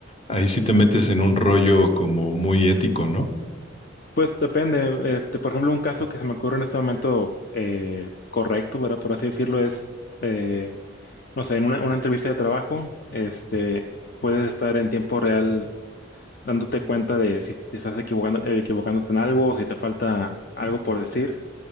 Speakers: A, on the left; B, on the left.
A: ahí sí te metes en un rollo como muy ético, ¿no?
B: Pues depende, este, por ejemplo, un caso que se me ocurre en este momento eh, correcto, ¿verdad? Por así decirlo, es eh, no sé, en una, una entrevista de trabajo, este, puedes estar en tiempo real dándote cuenta de si te estás equivocando, eh, equivocándote en algo, si te falta algo por decir,